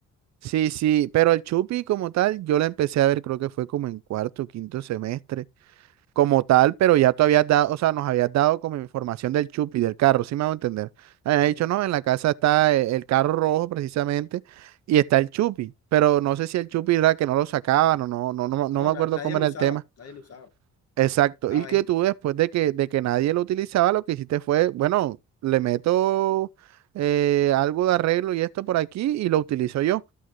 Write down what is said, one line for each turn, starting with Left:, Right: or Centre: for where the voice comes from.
Right: sí, sí, pero el Chupi como tal, yo la empecé a ver, creo que fue como en cuarto, quinto semestre como tal, pero ya tú habías dado, o sea, nos habías dado como información del chupi, del carro, ¿sí me hago entender? Habías
Left: Ujú.
Right: dicho, no, en la casa está e- el carro rojo precisamente y está el chupi, pero no sé si el chupi era que no lo sacaban o no, no, no,
Left: No,
Right: no me acuerdo
Left: na- nadie
Right: cómo
Left: lo
Right: era
Left: usaba,
Right: el tema.
Left: nadie lo usaba.
Right: Exacto,
Left: Estaba
Right: y que
Left: ahí.
Right: tú después de que, de que nadie lo utilizaba, lo que hiciste fue, bueno, le meto eh, algo de arreglo y esto por aquí y lo utilizo yo.